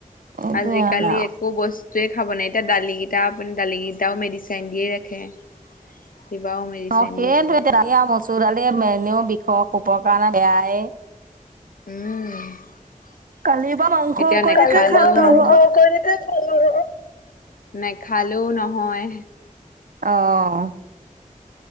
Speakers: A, on the right; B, on the left.
A: এইটোয়ে
B: আজিকালি
A: মানে আৰু
B: একো বস্তু বোৱেই খাব নাই এতিয়া দালিকেইটা আপুনি দালিকেইটাও মেডিচাইিন দিয়েই ৰাখে। কিবাও মেডিচাইন
A: অ', সেইো
B: দিয়ে চব
A: এয়ায়া মচুৰডালে মেনেও বিষ কোবৰ কাৰণে বেয়াই।
B: উম।
A: কালি বা মাংস
B: এতিয়া
A: অকণকে
B: নাখালেও
A: খালো
B: নহয় <unintelligible>
A: হয়।
B: নেখালেও নহয়।
A: আহ।